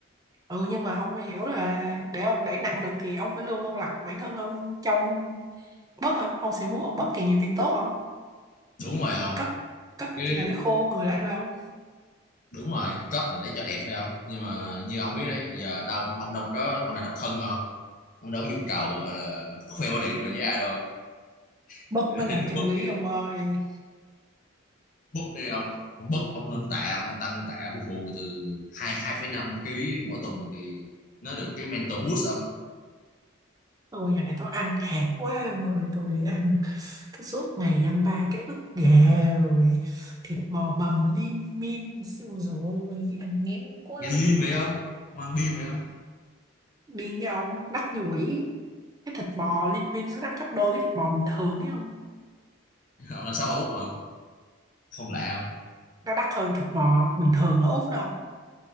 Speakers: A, on the right; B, on the left.
A: ừ nhưng mà ông phải hiểu là để ông đẩy nặng được thì ông phải luôn luôn đặt bản thân ông trong bớt không ông sẽ muốn ông bớt càng nhiều càng tốt không
B: đúng rồi không
A: cất cất nó
B: chứ
A: chỉ là để khô người lại thôi không
B: đúng rồi cất là để cho đẹp phải không nhưng mà như ông biết đấy giờ đâu ông đâu có ông này độc thân mà ông đâu có nhu cầu gọi là khoe body của mình với ai đâu <laughs>
A: bớt
B: cho
A: mới là
B: nên cứ
A: chân
B: bớt
A: lý
B: đi
A: ông ơi
B: bớt đi ông ông bớt ông lên tạ ông tăng tạ vù vù từ hai hai phẩy năm ký mỗi tuần thì nó được cái mental boost ông
A: tôi giờ này tôi ăn hạt quá ông ơi tôi ăn cứ suốt ngày dăm ba cái ức gà rồi thịt bò bằm lim dim siêu rồi ăn ngán quá
B: nghe lean vậy không ông ăn điên vậy không
A: điên cái ông đắt như quỷ cái thịt bò Liên Minh nó đắt gấp đôi cái thịt bò bình thường ấy không
B: <laughs> ông làm sao ở úc mà ông không lạ không
A: nó đắt hơn thịt bò bình thường ở Úc đâu